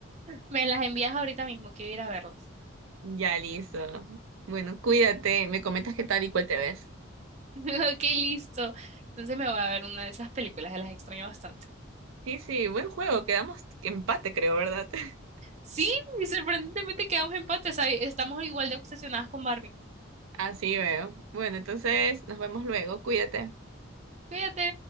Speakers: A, on the right (about 35°); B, on the right (about 80°).
A: Me las envías ahorita mismo, quiero ir a verlas.
B: Ya listo. Bueno, cuídate, me comentas qué tal y cuál te ves.
A: <laughs> Ok, listo. Entonces me voy a ver una de esas películas, que las extraño bastante.
B: Sí, sí, buen juego, quedamos empate, creo, ¿verdad? <laughs>
A: Sí, y sorprendentemente quedamos en empate, ¿sabes? Estamos igual de obsesionadas con Barbie.
B: Así veo. Bueno, entonces nos vemos luego, cuídate.
A: Cuídate.